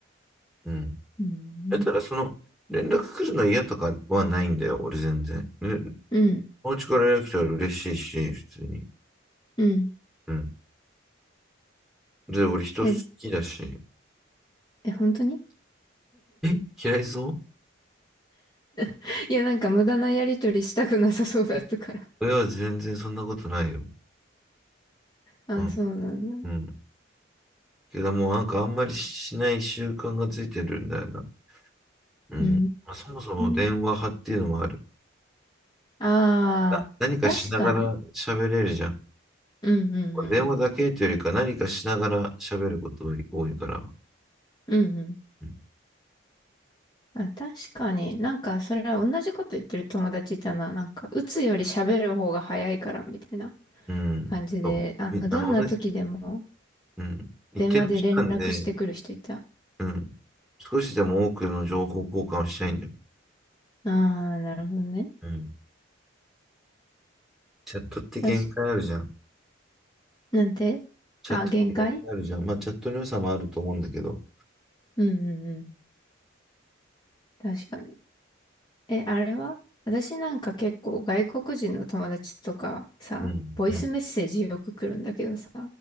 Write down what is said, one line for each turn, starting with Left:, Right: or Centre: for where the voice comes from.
Centre: うん。
Left: うん。
Centre: だったら、その、連絡来るの嫌とかはないんだよ、俺全然。ね、
Left: うん。
Centre: お家から連絡来たら嬉しいし、普通に。
Left: うん。
Centre: うん。で、俺人好きだし。
Left: え、え、本当に
Centre: え嫌いそ
Left: <laughs> いや、なんか無駄なやりとりしたくなさそうだったから。
Centre: ういや、全然そんなことないよ。
Left: あ、
Centre: うん、
Left: そうなんだ。
Centre: うん。けどもうなんかあんまりしない習慣がついてるんだよな。うん。
Left: うー
Centre: まあ、そもそも電話派っていうのもある。
Left: ん。ああ、
Centre: な何かしながら喋れるじゃん。
Left: 確かに。うんうんうん。
Centre: 電話だけというよりか何かしながら喋ることが多いから。
Left: うんうん。
Centre: うん。
Left: あ、確かに。なんか、それ同じこと言ってる友達いたな。なんか、打つより喋る方が早いから、みたいな
Centre: うんそういあの、
Left: 感じで、あの、どんな時でも
Centre: 同じ、うん。一定の時間で、
Left: 電話で連絡してくる人いた。あ
Centre: うん。少しでも多くの情報交換をしたいんだよ。
Left: あ、なるほどね。
Centre: うん。チャットって限界あるじゃん。
Left: 確かに。なんてあ、
Centre: チャットって限界あるじゃん。
Left: 限界
Centre: まあ、チャットの良さもあると思うんだけど。
Left: うんうんうん。確かに。え、あれは私なんか結構外国人の友達とかさ、
Centre: うん。
Left: ボイスメッセージよく来るんだけどさ、
Centre: うん。